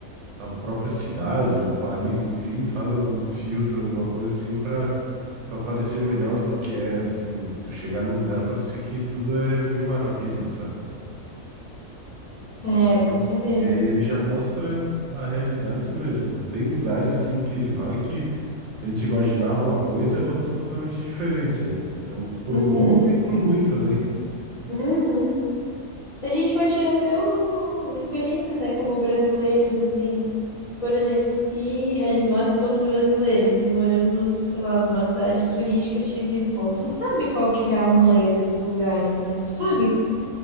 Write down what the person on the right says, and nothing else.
a própria cidade ou país, enfim, faz algum filtro, alguma coisa assim pra, pra parecer melhor do que é, assim, tu chegar no lugar parecer que tudo é mil maravilhas, sabe? Então,
e aí ele já mostra a realidade mesmo, né? Tem lugares assim que ele vai que a gente imaginava uma coisa, é outra totalmente diferente, né? Então, pro
bom e pro ruim também.